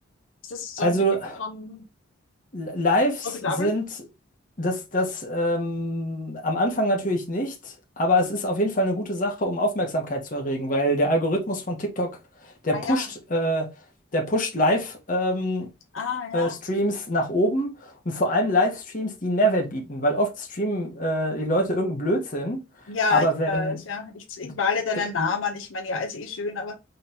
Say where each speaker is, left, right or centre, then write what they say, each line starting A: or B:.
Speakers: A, on the left (about 80°); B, on the left (about 40°).
A: ist das so
B: also
A: ein Ding von
B: Lives
A: profitabel?
B: sind das, das ähm, am Anfang natürlich nicht, aber es ist auf jeden Fall eine gute Sache, um Aufmerksamkeit zu erregen, weil der Algorithmus von TikTok, der
A: Ah
B: pusht,
A: ja,
B: äh, der pusht Live-Videos
A: ah ja.
B: äh, Streams nach oben und vor allem Livestreams, die einen Mehrwert bieten, weil oft streamen äh, die Leute irgendeinen Blödsinn,
A: Ja,
B: aber
A: ich
B: wenn,
A: weiß, ja. Ich, ich male deinen
B: d-
A: Namen an. Ich meine, ja, ist eh schön, aber